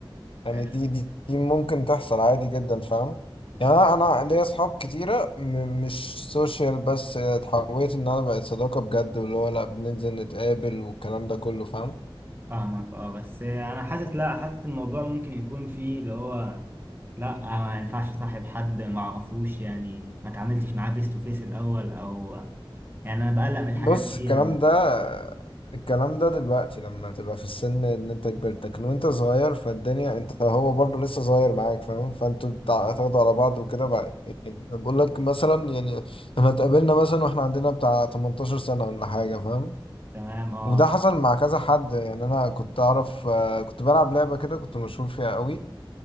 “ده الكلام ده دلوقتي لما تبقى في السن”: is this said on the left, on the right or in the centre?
Left